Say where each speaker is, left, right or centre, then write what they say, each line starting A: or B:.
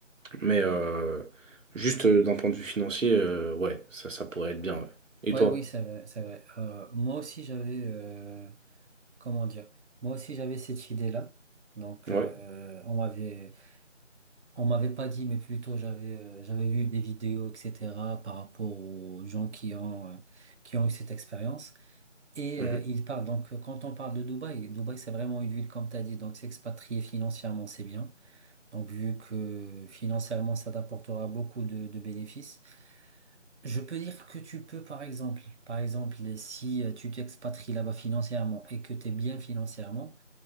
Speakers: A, on the right; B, on the right.
A: Mais euh, juste euh, d'un point de vue financier, euh, ouais, ça, ça pourrait être bien, ouais. Et
B: Ouais,
A: toi?
B: oui, c'est vrai, c'est vrai. Euh, moi aussi, j'avais, euh, comment dire? Moi aussi, j'avais cette idée-là. Donc,
A: Ouais.
B: euh, on m'avait On m'avait pas dit, mais plutôt j'avais euh, j'avais vu des vidéos, etc., par rapport aux gens qui ont, euh, qui ont eu cette expérience. Et
A: Mhm.
B: euh, il parle, donc euh, quand on parle de Dubaï, Dubaï c'est vraiment une ville comme tu as dit, donc s'expatrier financièrement c'est bien. Donc vu que financièrement ça t'apportera beaucoup de, de bénéfices, je peux dire que tu peux par exemple, par exemple si euh, tu t'expatries là-bas financièrement et que tu es bien financièrement,